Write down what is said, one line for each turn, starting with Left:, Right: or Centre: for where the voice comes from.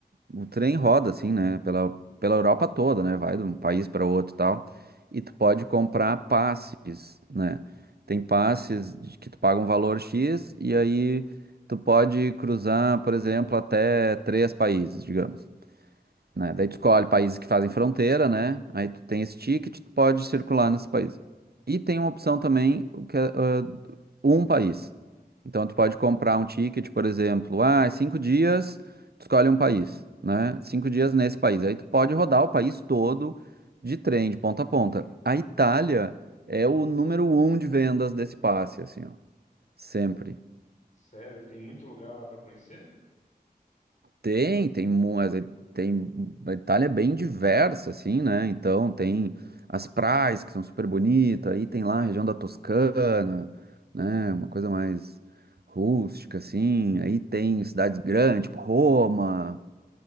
Right: o trem roda assim, né, pela, pela Europa toda, né, vai de um país para outro e tal, e tu pode comprar passes, né, tem passes de- que tu paga um valor X e aí tu pode cruzar, por exemplo, até três países, digamos, né, daí tu escolhe países que fazem fronteira, né, aí tu tem esse ticket, tu pode circular nesse país. E tem uma opção também, o que é, ah, um país. Então, tu pode comprar um ticket, por exemplo, ah, cinco dias, tu escolhe um país, né? Cinco dias nesse país. Aí tu pode rodar o país todo de trem, de ponta a ponta. A Itália é o número um de vendas desse passe, assim, ó, sempre.
Left: Sério, tem muito lugar lá para conhecer?
Right: Tem, tem, mu- eh, tem, a Itália é bem diversa, assim, né? Então tem as praias que são super bonitas, aí tem lá a região da Toscana, né? Uma coisa mais rústica, assim. Aí tem cidades grandes, tipo Roma,